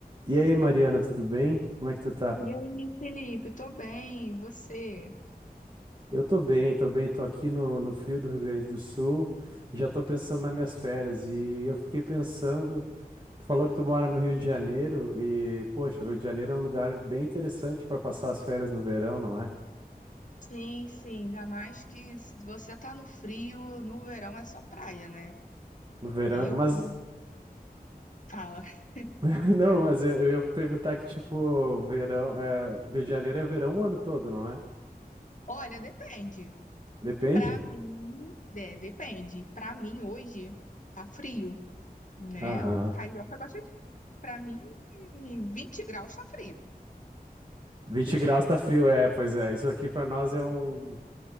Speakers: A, on the right (about 30°); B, on the left (about 55°).
A: E aí, Mariana, tudo bem? Como é que tu tá?
B: E aí, Felipe, tô bem, e você?
A: Eu tô bem, tô bem, tô aqui no, no frio do Rio Grande do Sul, já tô pensando nas minhas férias e eu fiquei pensando, tu falou que tu mora no Rio de Janeiro e, poxa, o Rio de Janeiro é um lugar bem interessante para passar as férias no verão, não é?
B: Sim, sim, ainda mais que se você tá no frio, no verão é só praia, né?
A: No verão,
B: E Eu
A: mas,
B: como fala, <laughs>
A: <laughs> não, mas eu, eu ia perguntar que, tipo, verão, é, Rio de Janeiro é verão o ano todo, não é?
B: olha, depende.
A: Depende?
B: Pra mim, é, depende. Pra mim hoje tá frio, né?
A: Aham.
B: O carioca gosta de, pra mim, 20 graus tá frio.
A: vinte graus tá frio, é, pois é, isso aqui para nós é um